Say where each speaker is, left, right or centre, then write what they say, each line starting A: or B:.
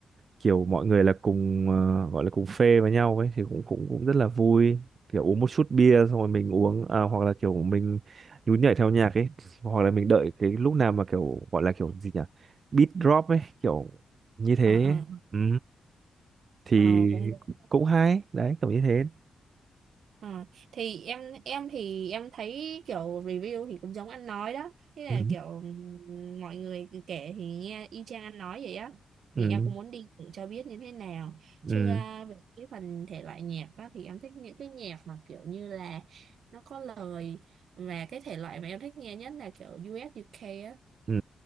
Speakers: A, on the right; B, on the right.
A: kiểu mọi người là cùng ờ, gọi là cùng phê với nhau ấy thì cũng cũng cũng rất là vui kiểu uống một chút bia xong rồi mình uống à, hoặc là kiểu mình nhún nhảy theo nhạc ấy hoặc là mình đợi cái lúc nào mà kiểu gọi là kiểu gì nhỉ beat drop ấy kiểu như thế
B: Ờ
A: ấy.
B: ờ
A: ừ. thì
B: ờ cũng
A: cũng hay đấy kiểu như thế
B: Ờ, thì em em thì em thấy kiểu review thì cũng giống anh nói đó thế là
A: ừ.
B: kiểu ừm, mọi người kể thì nghe y chang anh nói vậy á
A: Ừ.
B: thì em cũng muốn đi thử cho biết như thế nào
A: Ừ.
B: chứ à, về cái phần thể loại nhạc đó thì em thích những cái nhạc mà kiểu như là nó có lời và cái thể loại mà em thích nghe nhất là kiểu US UK á
A: Ừ.